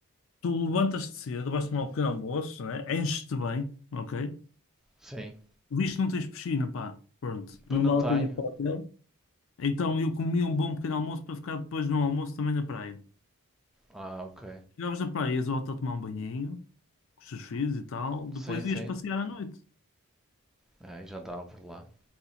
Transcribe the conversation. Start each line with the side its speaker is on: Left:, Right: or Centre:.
Left: Tu levantas-te cedo, vais tomar um pequeno almoço, né? Enches-te bem, ok?
Centre: Sim.
Left: Visto que não tens piscina, pá. Pronto,
Centre: Pois
Left: não
Centre: não
Left: vale
Centre: tenho.
Left: a pena ir para o hotel. Então eu comia um bom pequeno almoço para ficar depois no almoço também na praia.
Centre: Ah, ok.
Left: Chegavas na praia, ias ao hotel tomar um banhinho, com os teus filhos e tal. Depois
Centre: Sim, sim.
Left: ias passear à noite.
Centre: Ah, e já andava por lá.